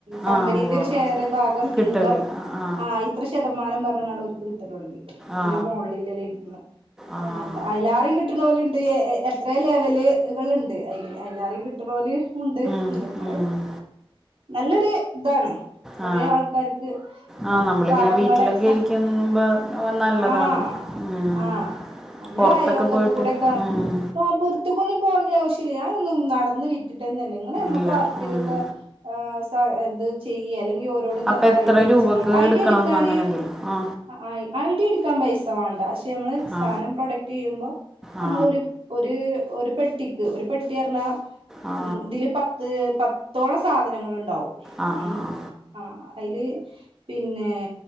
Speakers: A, on the right (about 80°); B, in the centre.
A: കമ്പനീന്റെ
B: ആ ഉവ്വ്
A: ഒരു
B: ഉവ്വ്.
A: ഷെയർ ഭാഗം
B: കിട്ടൽ
A: ഇൻകം
B: ആ ആ
A: ആഹ് ഇത്ര ശതമാനം പറഞ്ഞാണ്ട്ർക്ക് കിട്ടലൊടങ്ങി.
B: ആ
A: എന്റെ മോണിലല്ലന്ന്
B: ആ ആ
A: അഹ്
B: ആ
A: അയ്ലാരെയും കി കിട്ടണോല്ണ്ട് എത്ര ലെവലുകൾ ഉണ്ട് അതിൽ ഏറെയും കിട്ടണോല് ഉണ്ട്
B: അഹ്
A: നമ്മള്
B: ആഹ്
A: നല്ലൊരു ഇതാണ് കൊറെ
B: ആ
A: ആൾക്കാർക്ക്
B: ആ നമ്മളിങ്ങനെ
A: പാപങ്ങളെ
B: വീട്ടിലൊക്കെ
A: സ
B: ഇരിക്കുമ്പോൾ നല്ലതാണ്
A: ആഹ്
B: ഉം.
A: ആഹ് നമ്മളയലോകത്ത്
B: പുറത്തൊക്കെ പോയിട്ട്
A: കൂടെക്കെ
B: ഉം.
A: ആഹ് പൊറത്തക്കൊന്നും പോണ്ട ആവശ്യല്ല ഞാനൊന്നും നടന്ന് വിറ്റിട്ടന്നല്ലേ ഇങ്ങനെ നമ്മക്ക്
B: ഇല്ല
A: ആർക്കെലൊക്കെ
B: ഉം.
A: ആഹ് ഇത് ചെയ്യ അല്ലെങ്കി ഓരോടും
B: അപ്പം
A: തന്നെ
B: എത്ര
A: ഐഡിയ അടിച്ച
B: രൂപക്ക്
A: ഐഡിയ
B: എടുക്കണം
A: അടിക്കാന്
B: എന്ന് അങ്ങനെ എന്തെങ്കിലും ആ
A: ആഹ് ഐ ഡി എടുക്കാൻ പൈസ വേണ്ട പക്ഷെ നമ്മൾ സാധനം
B: ആ
A: പ്രൊഡക്റ്റ് ചെയ്യുമ്പോ നമ്മളൊരു
B: ആ
A: ഒര് ഒരു പെട്ടിക്ക് ഒരു പെട്ടി പറഞ്ഞാ
B: ആ
A: ഇതില് പത്ത് പത്ത് പത്തോളം സാധനങ്ങള്ണ്ടാവും
B: ആ
A: ഉം
B: ആ ആ
A: ആഹ് അയില് പിന്നേ